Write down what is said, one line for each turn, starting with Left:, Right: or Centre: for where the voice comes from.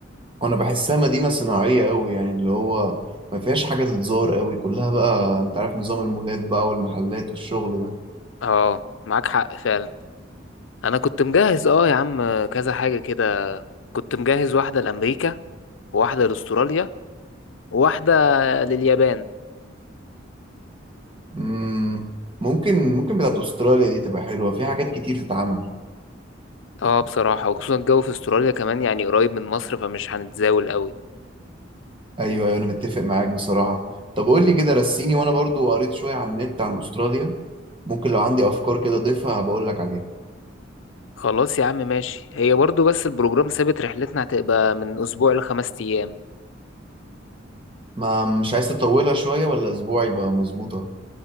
Right: وانا بحسها مدينة صناعية قوي يعني اللي هو ما فيهاش حاجة تتزار قوي كلها بقى انت عارف نظام المولات بقى والمحلات والشغل ده
Left: اه معاك حق فعلا انا كنت مجهز اه يا عم كذا حاجه كده كنت مجهز واحده لامريكا وواحده لاستراليا وواحده لليابان
Right: مم، ممكن ممكن بتاعت استراليا دي تبقى حلوة في حاجات كتير تتعمل
Left: اه بصراحه وخصوصا الجو في استراليا كمان يعني قريب من مصر فمش هنتزاول قوي
Right: ايوه ايوه انا متفق معاك بصراحه طب قول لي كده رسيني وانا برضو قريت شويه عن النت عن استراليا ممكن لو عندي افكار كده اضيفها بقول لك عليها
Left: خلاص يا عم ماشي هي برضو بس البروجرام ثابت رحلتنا هتبقى من اسبوع لخمس ايام
Right: ما مش عايز تطولها شويه ولا اسبوع يبقى مظبوطه